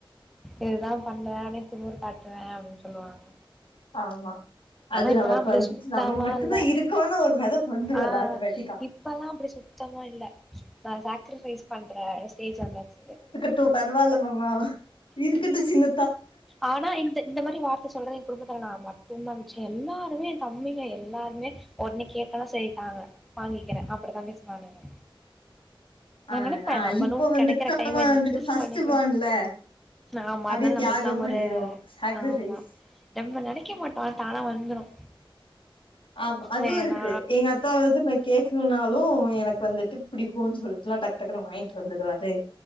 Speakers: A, in the centre; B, on the left.
A: இதுதா பண்ணுவ அப்டின்னு திமிரு காட்டுவ அப்படின்னு சொல்லுவாங்க
B: ஆமா அது
A: ஆனா இப்பல்லா
B: நமக்கு
A: அப்டி
B: வந்துட்டு
A: சுத்தமா
B: நம்ம மட்டுதா
A: இல்ல
B: இருக்கோனு ஒரு மெதப்பு வந்துரு
A: ஆ
B: ஆட்டோமேட்டிக்கா
A: இப்பல்லா அப்டி சுத்தமா இல்ல நா சக்ரிஃபைஸ் பண்ற ஸ்டேஜ் வந்தாச்சி
B: ட்டு பரவால்லமாமா இருக்குட்டு சின்ன
A: ஆனா இந்த மாரி வார்த்த சொல்றது எய குடும்பத்துல நா மட்டுதா மிச்ச எல்லாருமே எய தம்பிங்க எல்லாருமே உடனே கேட்டோனா சேரி தாங்க வாங்கிக்கிற அப்புடிதா பேசுவானுங்க நா
B: ஆனா
A: நெனப்ப நம்மளு
B: இப்ப வந்துட்டு
A: கெடைக்கிற டைம்
B: நம்ம வந்துட்டு
A: சூஸ்
B: ஃபர்ஸ்ட்
A: பண்ணிக்குவோ
B: பார்ன்ல
A: நா முதல்ல
B: அப்டியே
A: நம்பளுக்குள்ளா
B: தியாகம் பண்ணிருவோ
A: ஒரு
B: சாக்ரிஃபைஸ்
A: ஆமா நம்ப நெனைக்க மாட்டோ ஆனா தானா வந்துரு
B: ஆமா அதுவு
A: வேணா
B: இருக்கு எங்க அத்த அதாவது நா கேக்குலனாலு எனக்கு வந்துட்டு புடிக்குனு சொல்லிட்டுல்லா டக்கு டக்குன்னு வாங்கிட்டு வந்துருவாரு